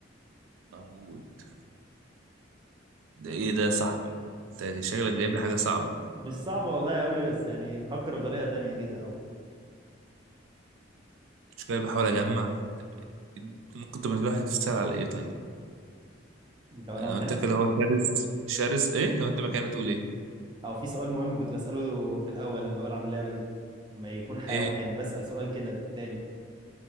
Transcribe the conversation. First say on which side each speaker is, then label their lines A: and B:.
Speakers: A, on the right (about 85°); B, on the right (about 25°).
A: موجود ده ايه ده يا صاحبي انت شكلك جايب لي حاجه صعبه
B: مش صعبة والله قوي بس يعني فكر بطريقة تانية كده أو
A: مش كده بحاول اجمع طب إيه؟ ممكن تبقى الواحد تسال على ايه طيب
B: لو أنا
A: انا
B: مكانك
A: قلت لك اللي هو شرس شرس ايه لو انت مكاني تقول ايه
B: أو في سؤال مهم كنت بسأله في الأول لما بلعب اللعبة دي لما يكون حيوان
A: ايه
B: بسأل سؤال كده تاني